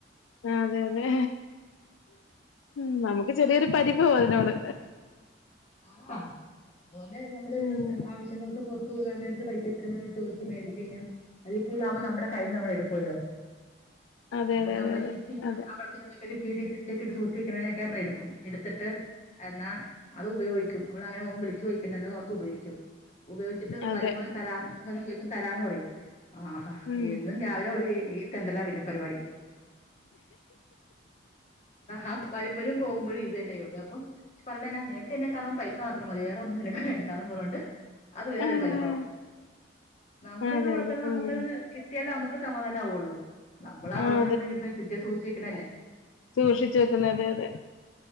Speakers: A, on the left (about 85°); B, on the left (about 35°).
A: അതെ അതെ ഉം നമുക്ക് ചെറിയൊരു പരിഭവാ അതിനോട്.
B: ആഹ് അതുപോലെ നമ്മള്
A: ഉം
B: ആവശ്യ ശ്യങ്ങൾക്ക് പൊറത്ത് പോകാൻ നേരത്ത് പൈ ഇത്ര വേണോം ചോയ്ച്ച് മേടിച്ച് കഴിഞ്ഞൽ അതിൽക്കൂടുതൽ ആവുമ്പോ നമ്മുടെ കയ്യിൽ നിന്ന് നമ്മൾ എടുക്കുവല്ലോ
A: അതെ
B: അപ്പൊ
A: അതെ
B: നമ്മൾ
A: അതെ
B: ഈ
A: അതെ
B: അവിടുന്ന് ഇവിടുന്ന് ഒരു ഇച്ചിരി ഇച്ചിരെ ഒക്കെ സൂക്ഷിച്ചു വെക്കണേന്നൊക്കെ നമ്മള് എടുക്കും എടുത്തിട്ട് എന്നാ അത് ഉപയോഗിക്കും അവള് അങ്ങനെ ഓൻ വിളിച്ച് ചോദിക്ക്ണ്ടല്ലോന്നോർത്ത് ഉപയോഗിക്കും ഉപയോഗിച്ചിട്ട്
A: അതെ അതെ
B: വരുമ്പോ തരാന്ന് വന്ന്‌ ചോയ്ക്കും തരാന്ന് പറയും ആഹ
A: ഉം
B: എന്നും രാവിലെ അവള് ഈ തെണ്ടലാ പിന്നെ പരിപാടി അത വരുമ്പഴും പോവുമ്പഴും ഇത് തന്നെ ഇവക്ക് അപ്പം പറയണെന്നാ നിന ക്കെന്നെ കാണുമ്പോ പൈസ മാ ത്രം മതി വേറെ ഒന്നും നിനക്ക് വേണ്ടാന്ന് പറഞ്ഞോണ്ട് അത് വേറൊരു
A: ആഹ്
B: പരിഭവം നമ്മടെന്ന്
A: അതെ
B: മൊടക്കണത്
A: അതെ
B: നമ്മക്കത്
A: ഉം
B: കിട്ട്യാലേ നമ്മക്ക് സമാധാനാവുള്ളൂ നമ്മള് അവിടന്നും
A: ആഹ്
B: ഇവിടന്നും കിട്ടണേ ഇച്ചിരിച്ചേ സൂക്ഷിച്ച് വെക്കണതല്ലേ
A: സൂക്ഷിച് വെക്കുന്നത് അതെ അതെ